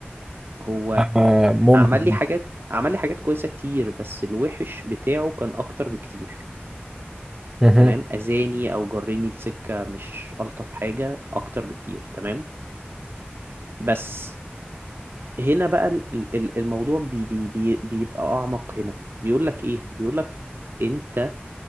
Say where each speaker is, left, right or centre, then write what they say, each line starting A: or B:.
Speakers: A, on the right; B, on the right.
A: هو
B: آه، ممكن
A: عمل لي حاجات عمل لي حاجات كويسة كتير بس الوحش بتاعه كان أكتر بكتير
B: مهم.
A: تمام أذاني أو جرني لسكة مش ألطف حاجة أكتر بكتير تمام بس هنا بقى ال- ال- الموضوع بي بي بي بيبقى أعمق هنا بيقول لك إيه بيقول لك أنت